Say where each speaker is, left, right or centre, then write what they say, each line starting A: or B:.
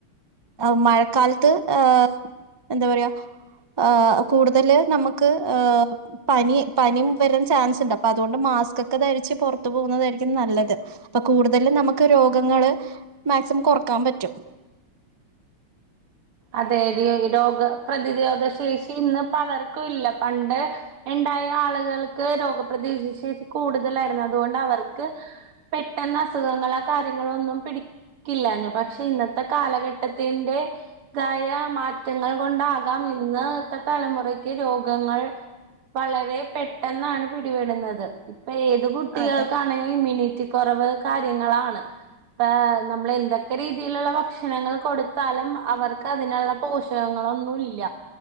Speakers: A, on the right; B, on the right.
A: ഹ് മഴക്കാലത്ത് ഏഹ് എന്താ പറയാ ഏഹ് കൂടുതല് നമ്മക്ക് ഏഹ് പനി പനിം വരാൻ ചാൻസ്ണ്ട് അപ്പൊ അതോണ്ട് മാസ്ക്കോക്കെ ധരിച്ച് പൊറ്ത്ത് പോകുന്നതായിരിക്കും നല്ലത്. അപ്പൊ കൂടുതലും നമുക്ക് രോഗങ്ങള് മാക്സിമം കൊറ്ക്കാൻ പറ്റും.
B: അതെ ടീ രോഗ പ്രതിരോധ ശേഷി ഇന്ന് പലർക്കും ഇല്ല പണ്ട് ഇണ്ടായ ആള്കൾക്ക് രോഗ പ്രതീഷശേഷി കൂടുതലായിരുന്നു അത്കൊണ്ട് അവർക്ക് പെട്ടെന്ന് അസുഖങ്ങളോ കാര്യങ്ങളോന്നും പിടി ക്കില്ല്യാഞ്ഞു പക്ഷെ ഇന്നത്തെ കാലഘട്ടത്തിന്റെ തായ മാറ്റങ്ങൾ കൊണ്ടാകാം ഇന്ന്ത്തെ തലമുറക്ക് രോഗങ്ങൾ വളരെ പെട്ടെന്നാണ് പിടിപെടുന്നത് ഇപ്പൊ ഏത് കുട്ടികൾക്കാ
A: അതെ
B: ണേ ഇമ്മ്യൂണിറ്റി കൊറവ് കാര്യങ്ങളാണ് ഇപ്പെ നമ്മളെന്തേ ക്കെ രീതില്ള്ള ഭക്ഷണങ്ങൾ കൊടുത്താലും അവർക്ക് അതിനുള്ള പോഷ് കങ്ങളൊന്നുല്ല